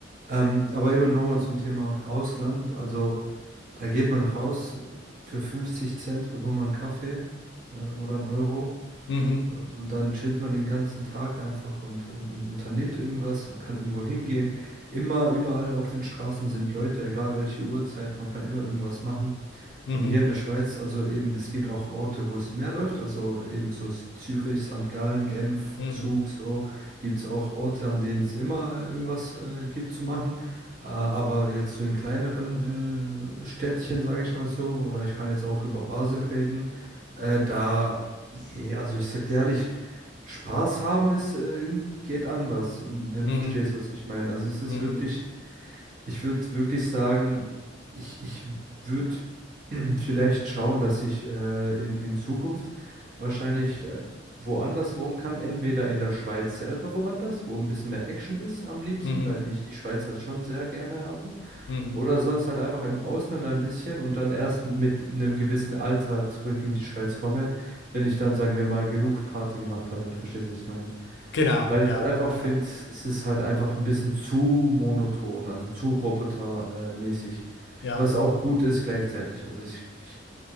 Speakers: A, on the right; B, on the left.
A: Ähm, aber eben nochmal zum Thema Ausland. Also. Da geht man raus, äh, für 50 Cent bekommt man einen Kaffee äh, oder einen Euro.
B: Mhm,
A: Und dann chillt man den ganzen Tag einfach und, und, und unternimmt irgendwas. Man kann irgendwo hingehen. Immer überall auf den Straßen sind Leute, egal welche Uhrzeit. Man kann immer irgendwas machen.
B: mhm,
A: Und hier in der Schweiz, also eben, es gibt auch Orte, wo es mehr läuft. Also eben so S- Zürich, St. Gallen, Genf,
B: mhm,
A: Zug, so gibt es auch Orte, an denen es immer äh, irgendwas äh, gibt zu machen. Äh, aber jetzt so in kleineren äh, Städtchen, sage ich mal so, oder ich kann jetzt auch über Basel reden. Äh, da Nee, also ich sag dir ehrlich, Spaß haben ist, ähm, geht anders, ähm, wenn
B: mhm,
A: du verstehst, was ich meine. Also es ist
B: mhm,
A: wirklich, ich würde wirklich sagen, ich, ich würde <clears throat> vielleicht schauen, dass ich äh, in, in Zukunft wahrscheinlich äh, woanders wohnen kann. Entweder in der Schweiz selber woanders, wo ein bisschen mehr Action ist am liebsten,
B: mhm,
A: weil ich die Schweiz halt schon sehr gerne habe.
B: mhm.
A: Oder sonst halt einfach im Ausland ein bisschen und dann erst mit einem gewissen Alter zurück in die Schweiz komme, wenn ich dann, sagen wir mal, genug Party gemacht habe, wenn du verstehst, was ich meine.
B: Genau,
A: Weil
B: ja,
A: ich halt einfach finde,
B: ja,
A: das ist halt einfach ein bisschen zu monoton, also zu robotermäßig.
B: ja.
A: Was auch gut ist gleichzeitig. Also ich, ich